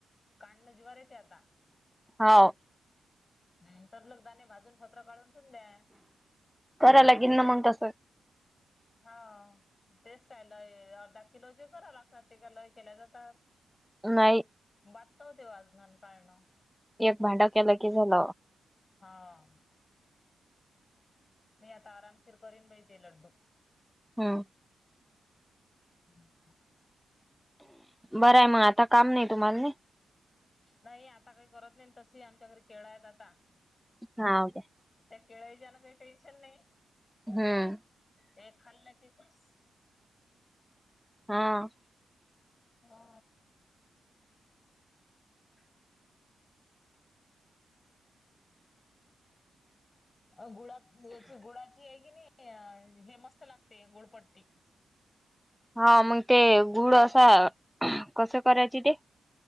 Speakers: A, on the left (about 35°); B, in the centre.
A: काडनं जीवावर येत आता
B: हाव.
A: हूं, तद लक दाणे भाजून फत्र काढून ठेऊन द्या.
B: कराय लागिल ना मंग तसं
A: हा तेच काय, लय अर्धा किलो चे करावे लागतात ते काय लय केल्या जातात.
B: नाही.
A: बादत होते आज ननं पाळणं
B: एक भांडा केला की झाल
A: हा मी आता आरामशीर करीन बाई ते लड्डू
B: हम्मं
A: <unintelligible>
B: बरंय म आता काम नाही, तुम्हाला नाय.
A: नाही, आता काय करत नाय तशही आमच्या घरी केळ आहेत आता
B: हाव काय
A: त्या केळय च्यान काय का टेन्शन नाय.
B: हम्म
A: एक खाल्लं की फूस
B: हा
A: हा अ गुळात, याची गुळाची हाय की नी ते हे मस्त लागते गुळपट्टी
B: हा मंग ते गुळ असा कसं करायची ते